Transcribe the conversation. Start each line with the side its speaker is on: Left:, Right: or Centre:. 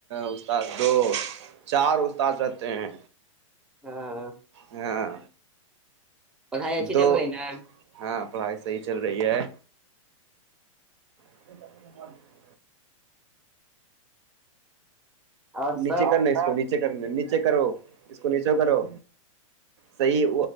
Right: استاد دو چار استاد رہتے ہیں
Centre: ہاں
Right: ہاں
Centre: پڑھائی اچھی
Right: دو
Centre: چل رہی نا
Right: ہاں پڑھائی صحی چل رہی ہے <unintelligible>
Centre: اور
Right: نیچے
Centre: سب
Right: کرنے اس کو نیچے کرنے نیچے کرو اس کو نیچے کرو صحیح